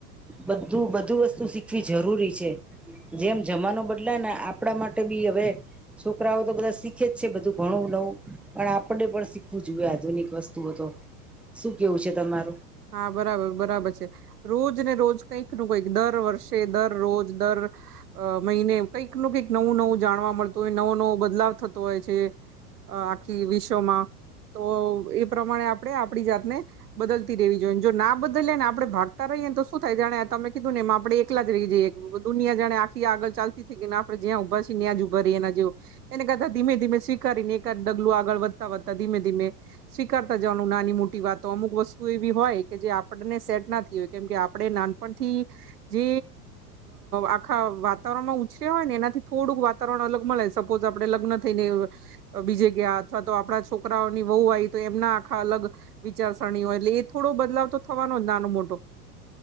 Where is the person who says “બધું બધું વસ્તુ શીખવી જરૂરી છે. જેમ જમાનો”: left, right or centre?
Centre